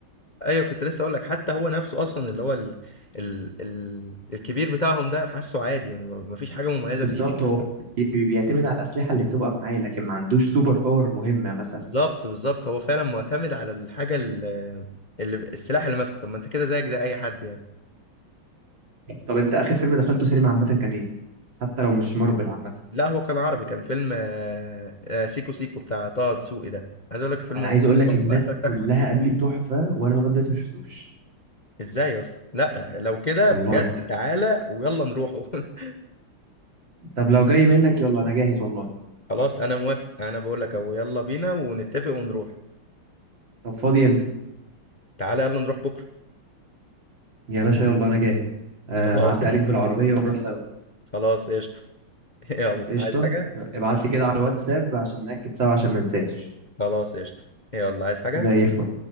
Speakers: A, on the left; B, on the right.
A: ايوه كنت لسه اقول لك حتى هو نفسه اصلا اللي هو ال... ال... ال... الكبير بتاعهم ده حاسه عادي يعني ما ما فيش حاجه مميزه
B: بالظبط
A: فيه
B: هو بي- بيعتمد على الأسلحة اللي بتبقى معاه لكن ما عندوش سوبر باور مهمة مثلا
A: بالظبط بالظبط هو فعلا معتمد على الحاجه ال- اللي السلاح اللي ماسكه طب ما انت كده زيك زي اي حد يعني
B: طب انت آخر فيلم دخلته سينما عامة كان ايه حتى لو مش مارفل عامة
A: لا هو كان عربي كان فيلم آه، آه، سيكو سيكو بتاع طه دسوقي ده عايز اقول لك الفيلم
B: انا عايز
A: ده
B: اقول لك الناس
A: تحفه
B: كلها
A: <laughs>
B: قالوا لي تحفة وانا لغاية دلوقتي ما شفتوش
A: ازاي يا اسطى لا لو كده
B: والله
A: بجد تعالى ويلا نروحه <laughs>
B: طب لو جاي منك يلا انا جاهز والله
A: خلاص انا موافق انا بقول لك اهو يلا بينا ونتفق ونروح
B: طب فاضي امتى
A: تعالى يلا نروح بكره
B: يا باشا يلا انا جاهز آه
A: <laughs> خلاص
B: هعدي عليك بالعربية ونروح سوا
A: خلاص قشطه <laughs> يلا
B: قشطة
A: عايز حاجه
B: ابعت لي كده على الواتساب عشان نأكد سوا عشان ما انساش
A: خلاص قشطه يلا عايز حاجه
B: زي الفل